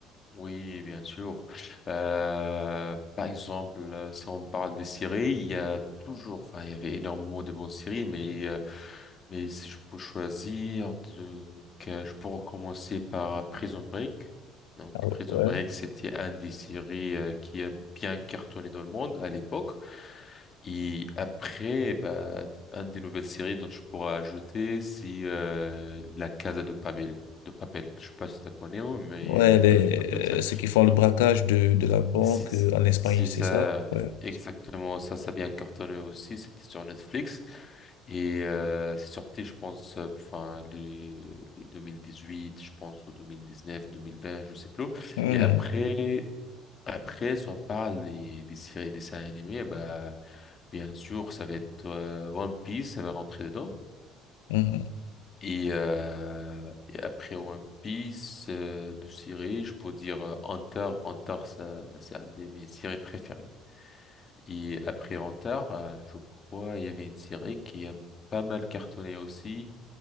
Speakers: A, on the left; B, on the left.
A: Oui, bien sûr. Euh, par exemple, euh, si on parle des séries, il y a toujours, enfin, il y avait énormément de bonnes séries, mais euh, Mais si je peux choisir, donc, euh, je pourrais commencer par Prison Break. Donc,
B: Ah
A: Prison
B: ouais.
A: Break, c'était une des séries euh, qui a bien cartonné dans le monde à l'époque. Et après, bah, une des nouvelles séries dont je pourrais ajouter, c'est euh, La Casa de Papel. De Papel. Je sais pas si tu connais, mais
B: Ouais,
A: La
B: les,
A: Casa de Papel, c'est
B: euh, ceux qui font le braquage de, de la banque
A: c'est
B: euh, en Espagne,
A: c'est
B: c'est
A: ça,
B: ça? Ouais.
A: exactement ça, ça a bien cartonné aussi. C'était sur Netflix et euh, c'est sorti, je pense, euh, enfin les, les huit je pense, ou deux deux mille dix neuf mille vingt je sais plus.
B: Mhm,
A: Et après, après, si on parle des, des séries, des dessins animés, bah bien sûr, ça va être euh, One Piece, ça va rentrer dedans.
B: mhm.
A: Et, euh, et après One Piece, euh, de séries, je peux dire euh, Hunter, Hunter, ça, c'est un de mes séries préférées. Et après Antar, euh, je crois, il y avait une série qui a pas mal cartonné aussi.